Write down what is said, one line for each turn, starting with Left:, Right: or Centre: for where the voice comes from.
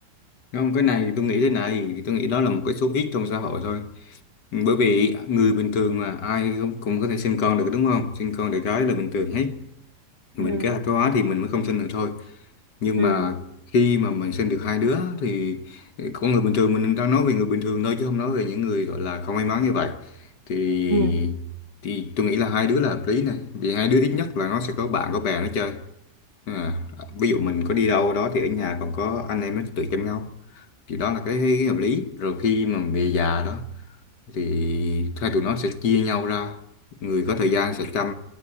Left: không cái này tôi nghĩ thế này tôi nghĩ đó là một cái số ít trong xã hội thôi Ừ, bởi vì người bình thường mà ai cũng, cũng có thể sinh con được đúng không sinh con đẻ cái là bình thường hết mình
Right: ừ
Left: kế hoạch hóa thì mình mới không sinh được thôi nhưng
Right: ừ
Left: mà khi mà mình sinh được hai đứa thì con người bình thường mình đang nói về người bình thường thôi chứ không nói về những người gọi là không may mắn như vậy thì
Right: ừ
Left: thì tôi nghĩ là hai đứa là hợp lý này vì hai đứa ít nhất là nó sẽ có bạn có bè nó chơi à, ví dụ mình có đi đâu đó thì ở nhà còn có anh em nó tụi chăm nhau thì đó là cái hợp lý rồi khi mà về già đó thì hai tụi nó sẽ chia nhau ra người có thời gian sẽ chăm